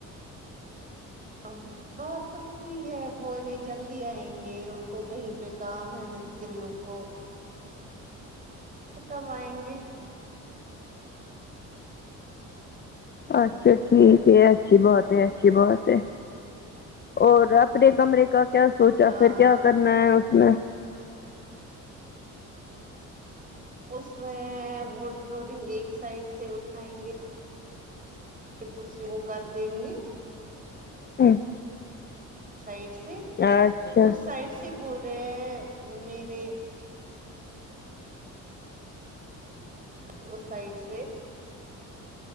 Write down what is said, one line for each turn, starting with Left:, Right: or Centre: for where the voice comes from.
Right: ہم بات تو ہوئی ہے بول رہے جلدی آئیں گے ان کو کہیں پہ کام ہے مستریوں کو کب آئیں گے
Left: اچھا ٹھیک ہے اچھی بات ہے اچھی بات ہے اور اپنے کمرے کا کیا سوچا
Right: ہاں
Left: پھر کیا کرنا ہے اس نے
Right: اس میں وڈ فلورنگ ایک سائڈ سے اٹھائیں گے دوسرے وہ کر دیں گے
Left: ہوں
Right: سائڈ سے
Left: اچھا
Right: اس سائڈ سے کہ بورے میرے اس سائڈ سے